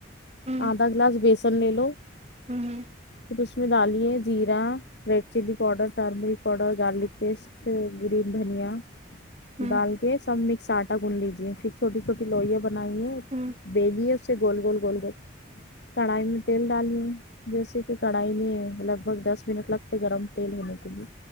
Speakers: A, on the right; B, on the left.
A: ہوں
B: آدھا گلاس بیسن لے لو
A: ہوں
B: پھر اس میں دالے زیرا red chilli powder turmeric powder garlic paste green دھنیا
A: ہ
B: ڈال کے سب مکس آٹا گون لیجیے پھر چھوٹی چھوٹی لوئیاں بنائی ہیں
A: ہ ہ
B: بیلیی ہے اس سے گول گول گول گول کڑھائی میں تیل ڈالی جیسے کہ کڑھائی میں لگ بھگ دس منٹ لگتے گرم تیل ہونے کے لیے